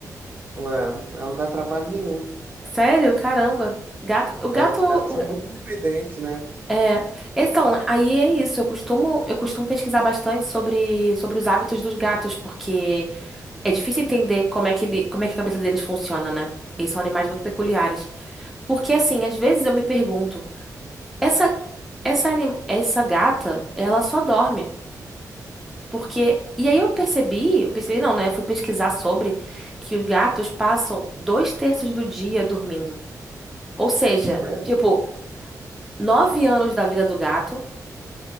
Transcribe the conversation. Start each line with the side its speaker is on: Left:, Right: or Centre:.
Right: É, ela não dá trabalho nenhum.
Centre: Sério? Caramba. Gato, o gato,
Right: É, os gatos
Centre: o
Right: são
Centre: ga-
Right: muito independentes, né?
Centre: é. Então, aí é isso. Eu costumo, eu costumo pesquisar bastante sobre, sobre os hábitos dos gatos, porque é difícil entender como é que ele, como é que a cabeça deles funciona, né? Eles são animais muito peculiares. Porque assim, às vezes eu me pergunto, essa essa anim- essa gata, ela só dorme. Porque e aí eu percebi, eu percebi não, né? Eu fui pesquisar sobre que os gatos passam dois terços do dia dormindo. Ou seja,
Right: É,
Centre: tipo nove anos da vida do gato,